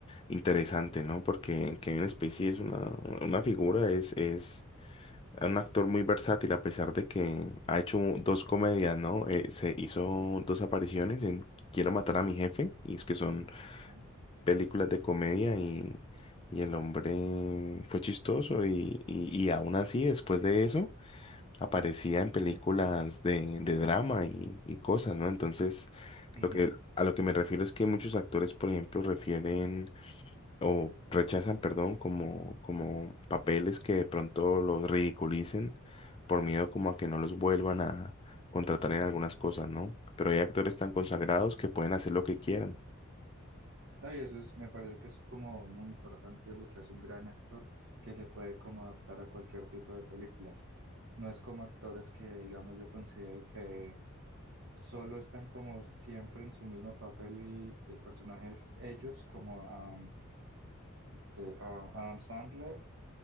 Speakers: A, on the left; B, on the right.
A: interesante, ¿no? Porque Kevin Spacey es una, una figura, es, es un actor muy versátil, a pesar de que ha hecho dos comedias, ¿no? Eh, se hizo dos apariciones en Quiero matar a mi jefe, y es que son
B: Ajá,
A: películas de comedia y, y el hombre fue chistoso y, y, y aún así después de eso aparecía en
B: sí.
A: películas de, de drama y, y cosas, ¿no? Entonces,
B: Ujú.
A: lo que, a lo que me refiero es que muchos actores, por ejemplo, refieren o rechazan, perdón, como, como papeles que de pronto los ridiculicen por miedo como a que no los vuelvan a contratar en algunas cosas, ¿no? Pero hay actores tan consagrados
B: Mm.
A: que pueden hacer lo que quieran.
B: No, y eso es, me parece que es como muy importante y es lo que hace un gran actor, que se puede como adaptar a cualquier tipo de películas. No es como actores que, digamos, yo considere que solo están como siempre en su mismo papel y el personaje es ellos, como am, este, a Adam Sandler,